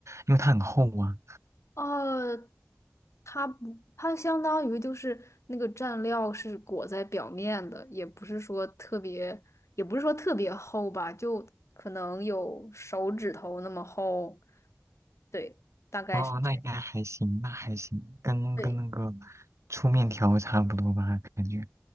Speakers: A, on the right; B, on the left.
A: 因为它很厚啊。
B: 呃，它不，它相当于就是那个蘸料是裹在表面的，也不是说特别，也不是说特别厚吧，就可能有手指头那么厚。对，大概是这样。
A: 哦，那应该还行，那还行，跟跟那个
B: 对
A: 粗面条差不多吧，感觉。